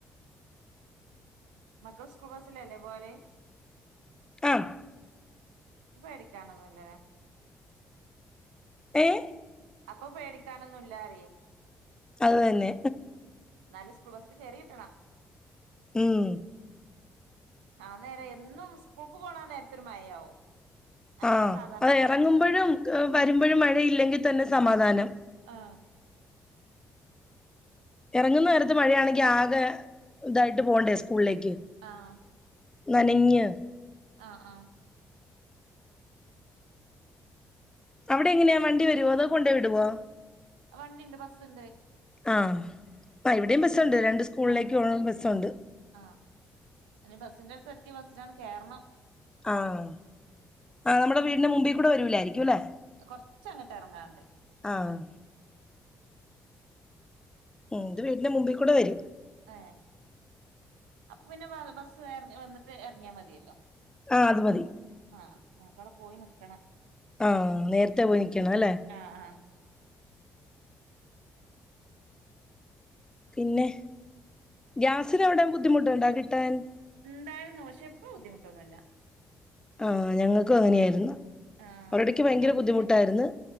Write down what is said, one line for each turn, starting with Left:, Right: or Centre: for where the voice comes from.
Right: മക്കള് സ്കൂൾ ബസ്സിലല്ലേ പോകല്?
Left: ആഹ്
Right: പേടിക്കാനൊന്നുല്ലാലെ.
Left: ഏഹ്
Right: അപ്പൊ പേടിക്കാനൊന്നുല്ലറിയേ.
Left: അത് തന്നെ.
Right: ന്നാലും സ്കൂൾ ബസ്സിൽ കേറിയിട്ടണ.
Left: ഉം
Right: ആ നേരം എന്നും സ്കൂൾക്ക് പോണ നേരത്തെരു മഴയാവും. അങ്ങനെ
Left: ആഹ്
Right: സാധാരണ
Left: അത്
Right: ഉണ്ടാവല്
Left: എറങ്ങുമ്പോഴും വരുമ്പോഴും മഴയില്ലെങ്കി തന്നെ സമാധാനം.
Right: ആഹ് ഉം
Left: എറങ്ങുന്ന നേരത്ത് മഴയാണെങ്കി ആകെ ഇതായിട്ട് പോണ്ടേ സ്കൂളിലേക്ക്.
Right: ആഹ്
Left: നനഞ്ഞ്
Right: ആഹ് ആഹ്
Left: അവിടെ എങ്ങനെയാ വണ്ടി വരുവോ അതോ കൊണ്ടോയി വിടുവോ.
Right: വണ്ടിണ്ട് ബസ്സുണ്ട്.
Left: ആഹ് ആ ഇവിടെയും ബസ്സുണ്ട് രണ്ട് സ്കൂളിലേക്ക്
Right: ആഹ്
Left: പോ ബസ്സുണ്ട്.
Right: ആഹ് അനി ബസ്സിന്റെ അടുത്ത് എത്തിയ ബസ്സിലാണ് കേരണം.
Left: ആഹ് ആ നമ്മടെ വീടിന്റെ മുമ്പീ കൂടെ വരൂലായിരിക്കുംല്ലേ.
Right: കൊറച്ചങ്ങട്ട് എറങ്ങാണ്ട്.
Left: ആഹ ഉ ഇത് വീടിന്റെ മുമ്പിൽ കൂടെ വരും
Right: ഏ അപ്പ പിന്നെ വെ ബസ്സ് വെ ഇറ വന്നിട്ട് ഇറങ്ങിയാൽ മതിയല്ലോ
Left: ആ അത് മതി
Right: ആഹ് ഞങ്ങകവിടെ പോയി നിക്കണം
Left: ആഹ നേരത്തെ പോയി നിക്കണ അല്ലേ
Right: ആഹ് ആഹ് <inaudible>
Left: പിന്നെ ഗ്യാസിന് എവിടെ ബുദ്ധിമുട്ടുണ്ടാ കിട്ടാൻ
Right: ഇണ്ടായിരുന്നു പക്ഷെ ഇപ്പോ ബുദ്ധിമുട്ടൊന്നുമില്ല
Left: ആ ഞങ്ങൾക്കും അങ്ങനെയായിരുന്നു
Right: ആഹ്
Left: അവരുടയ്ക്ക് ഭയങ്കര
Right: അന്ന്
Left: ബുദ്ധിമുട്ടായിരുന്നു